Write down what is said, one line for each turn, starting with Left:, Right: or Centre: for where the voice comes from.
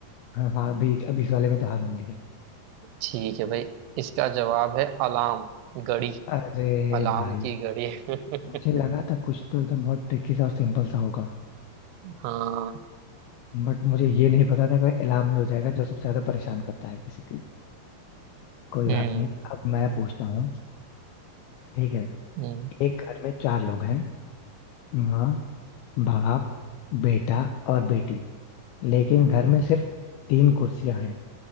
Left: हाँ हाँ अभी अभी इस वाले में तो हार मान ली है
Right: ठीक है भाई इसका जवाब है अलार्म घड़ी
Left: अरे
Right: अलार्म
Left: भाई
Right: की घड़ी
Left: मुझे लगा
Right: <laughs>
Left: था कुछ तो एकदम बहुत ट्रिकी सा और सिंपल सा होगा
Right: हाँ
Left: बट मुझे ये नहीं पता था कि इलाम ही हो जाएगा जो सबसे ज्यादा परेशान करता है बेसिकली कोई
Right: हम्म
Left: बात नहीं अब मैं पूछता हूँ ठीक है
Right: हम्म
Left: एक घर में चार लोग हैं माँ बाप बेटा और बेटी लेकिन घर में सिर्फ तीन कुर्सियां हैं